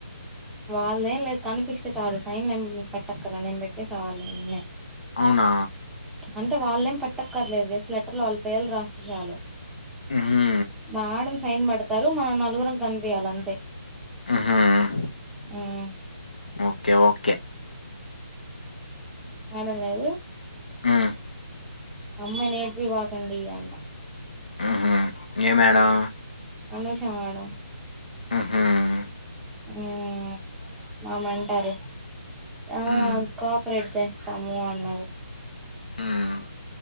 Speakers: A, in the centre; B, on the left.
A: వాళ్ళదేం లేద్ కనిపిస్తే చాలు, సైన్లు ఏం మీ పెట్టక్కర్ లే, నేన్ బేట్టేసే వాళ్ళే నిన్నే.
B: అవునా.
A: అంటే వాళ్లేం పట్టక్కర్లేదు, జేస్ట్ లెటర్లో వాళ్ళ పేర్లు రాస్తే చాలు.
B: మ్హూ
A: మేడమ్ సైన్ బెడ్తారు, మనం నలుగురం కనిపియ్యలే అంతే.
B: ఉహుమ్,
A: ఉమ్,
B: ఓకే ఓకే.
A: <unintelligible> లేవు.
B: ఊ.
A: అమ్మ నీ ఏడ్పిబాకాండి అంటా.
B: ఉహుమ్, ఏ మేడం.
A: అనుష మేడం.
B: ఉహుమ్.
A: ఉమ్ మ్యామ్ అంటారు, ఆ
B: హ్మ్
A: కాపరేట్. తెచ్చుకోండి అన్నాది.
B: ఉమ్మ్.